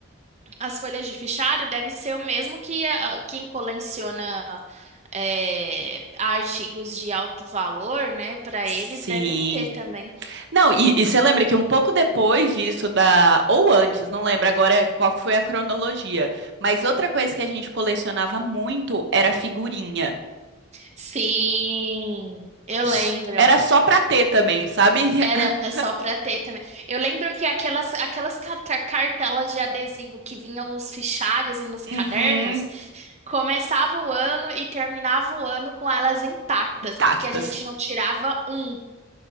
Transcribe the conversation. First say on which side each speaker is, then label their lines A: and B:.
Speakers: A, on the right; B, on the right.
A: As folhas de fichário deve ser o mesmo que a- quem coleciona é, artigos de alto valor, né? Para
B: Sim.
A: eles devem ter também.
B: Não, e, e você lembra que um pouco depois disso da, ou antes, não lembro agora qual foi a cronologia, mas outra coisa que a gente colecionava muito era figurinha.
A: Sim, eu
B: S-
A: lembro.
B: Era só pra ter também, sabe? <laughs>
A: Era só para ter também. Eu lembro que aquelas, aquelas carta- cartelas de adesivo que vinham nos fichários e nos cadernos,
B: Uhum,
A: começava o ano e terminava o ano com elas intactas,
B: intactas.
A: porque a gente não tirava um.